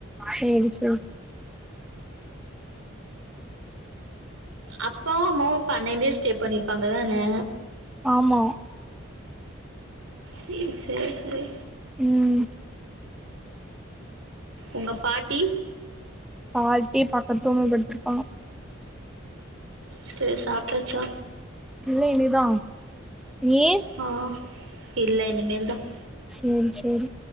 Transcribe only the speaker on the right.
அப்பாவும் அம்மாவும் பண்ணையிலே ஸ்டே பண்ணிப்பாங்க தானே
சேரி சேரி சேரி
உங்க பாட்டி
சேரி சாப்பிட்டாச்சா
ஆ இல்ல இனிமேல் தான்